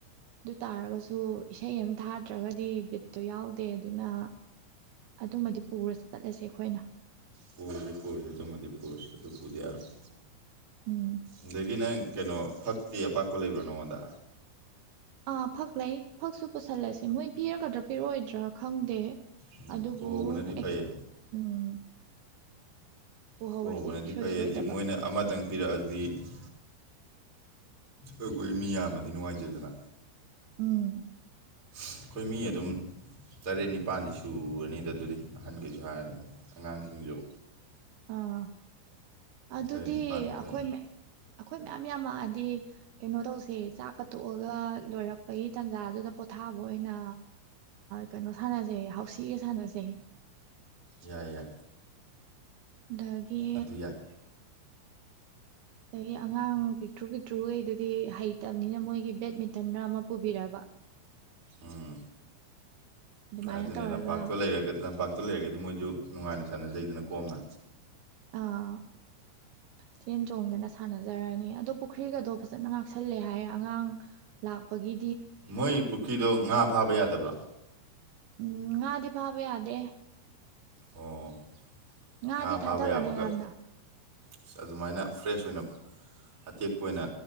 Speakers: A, on the right; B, on the right.
A: ꯑꯗꯨ ꯇꯥꯔꯒꯁꯨ ꯏꯁꯩ ꯑꯃ ꯊꯥꯗ꯭ꯔꯒꯗꯤ ꯕꯤꯠꯇꯣ ꯌꯥꯎꯗꯦ ꯗꯦ ꯑꯗꯨꯅ ꯑꯗꯨꯃꯗꯤ ꯄꯨꯔ ꯆꯠꯂꯁꯦ ꯑꯩꯈꯣꯏꯅ
B: ꯄꯨꯔꯁꯤ ꯄꯨꯁꯤ ꯑꯗꯨꯝꯃꯗꯤ ꯄꯨꯔꯁꯤ ꯑꯗꯨ ꯄꯨꯗ ꯌꯥꯔꯣꯏ
A: ꯎꯝ
B: ꯑꯗꯒꯤꯅꯪ ꯀꯩꯅꯣ ꯐꯛ ꯇꯤ ꯑꯄꯥꯛꯄ ꯂꯩꯕ꯭ꯔꯥ ꯅꯉꯣꯟꯗ
A: ꯑꯥ ꯐꯛ ꯂꯩ ꯐꯛꯁꯨ ꯄꯨꯁꯤꯜꯂꯁꯤ ꯃꯣꯏ ꯄꯤꯔꯒꯗ꯭ꯔꯥ ꯄꯤꯔꯛꯑꯣꯏꯗ꯭ꯔꯥ ꯈꯪꯗꯦ
B: ꯎꯝ
A: ꯑꯗꯨꯕꯨ
B: ꯄꯨꯍꯧꯕꯅꯗꯤ ꯐꯩꯌꯦ
A: ꯑꯦꯁ ꯎꯝ ꯄꯨꯍꯧꯔꯁꯤ
B: ꯄꯨꯍꯧꯕꯅꯗꯤ
A: ꯏꯁꯣꯏ
B: ꯐꯩ
A: ꯁꯣꯏꯗꯕ
B: ꯍꯥꯏꯗꯤ ꯃꯣꯏꯅ ꯑꯃꯇꯪ ꯄꯤꯔꯛꯑꯗꯤ ꯑꯩꯈꯣꯇ ꯑꯩꯈꯣꯏ ꯃꯤ ꯌꯥꯝꯄꯗꯤ ꯅꯨꯡꯉꯥꯏꯇꯦꯗꯅ
A: ꯎꯝ
B: ꯑꯩꯈꯣꯏ ꯃꯤ ꯑꯗꯨꯝ ꯇꯔꯦꯠ ꯅꯤꯄꯥꯜꯗꯤ ꯁꯨꯔꯅꯤꯗ ꯑꯗꯨꯗꯤ ꯑꯍꯟꯈꯩꯁꯨ ꯍꯥꯏꯔꯅꯤ ꯑꯉꯥꯡꯁꯤꯡꯁꯨ
A: ꯑꯥ ꯑꯗꯨꯗꯤ
B: ꯇꯔꯦꯠ ꯅꯤꯄꯥꯜꯃꯨꯛꯇꯤ
A: ꯑꯩꯈꯣꯏ
B: ꯑꯣꯏꯅꯤ
A: ꯑꯩꯈꯣꯏ ꯃꯌꯥꯝ ꯌꯥꯝꯃꯛꯑꯗꯤ ꯀꯩꯅꯣ ꯇꯧꯁꯦ ꯆꯥꯛꯀ ꯇꯣꯛꯑꯒ ꯂꯣꯏꯔꯛꯄꯒꯤ ꯇꯥꯟꯖꯥꯗꯨꯗ ꯄꯣꯊꯥꯕ ꯑꯣꯏꯅ ꯀꯩꯅꯣ ꯁꯥꯟꯅꯁꯦ ꯍꯥꯎꯁꯤꯒ ꯁꯥꯟꯅꯁꯦ
B: ꯌꯥꯏ ꯌꯥꯏ
A: ꯗꯒꯤ
B: ꯑꯗꯨ ꯌꯥꯏ
A: ꯑꯗꯒꯤ ꯑꯉꯥꯡ ꯄꯤꯛꯇ꯭ꯔꯨ ꯄꯤꯛꯇ꯭ꯔꯨꯈꯩꯗꯨꯗꯤ ꯍꯩꯇꯕꯅꯤꯅ ꯃꯣꯏꯒꯤ ꯕꯦꯠꯃꯤꯟꯇꯟ ꯔ ꯑꯃ ꯄꯨꯕꯤꯔꯛꯕ
B: ꯎꯝ
A: ꯑꯗꯨꯃꯥꯏꯅ
B: ꯑꯗꯨꯅꯦ
A: ꯇꯧꯔꯒ
B: ꯂꯝꯄꯥꯛꯇꯣ ꯂꯩꯔꯒ ꯂꯝꯄꯥꯛꯇ ꯄꯨꯟꯅ ꯂꯩꯔꯒꯗꯤ ꯃꯣꯏꯁꯨ ꯅꯨꯡꯉꯥꯏꯅ ꯁꯥꯟꯅꯖꯩꯗꯅ ꯀꯣꯝꯅ
A: ꯑꯥ ꯆꯦꯟ ꯆꯣꯡꯗꯅ ꯁꯥꯟꯅꯖꯔꯅꯤ ꯑꯗꯣ ꯄꯨꯈ꯭ꯔꯤꯒꯗꯣ ꯐꯖꯅ ꯉꯥꯛꯁꯜꯂꯦ ꯍꯥꯏꯔꯦ ꯑꯉꯥꯡ ꯂꯥꯛꯄꯒꯤ
B: ꯃꯣꯏ ꯄꯨꯈ꯭ꯔꯤꯗꯣ ꯉꯥ ꯐꯥꯕ ꯌꯥꯗ ꯇꯕ꯭ꯔꯥ
A: ꯎꯝ ꯉꯥꯗꯤ ꯐꯥꯕ ꯌꯥꯗꯦ
B: ꯑꯣ
A: ꯉꯥꯗꯤ
B: ꯉꯥ ꯐꯥꯕ
A: ꯊꯥꯗꯕꯅꯤ
B: ꯌꯥꯕꯒ
A: ꯌꯥꯝꯅ
B: ꯑꯁ ꯑꯗꯨꯃꯥꯏꯅ ꯐ꯭ꯔꯦꯁ ꯑꯣꯏꯅ ꯑꯇꯦꯛꯄ ꯑꯣꯏꯅ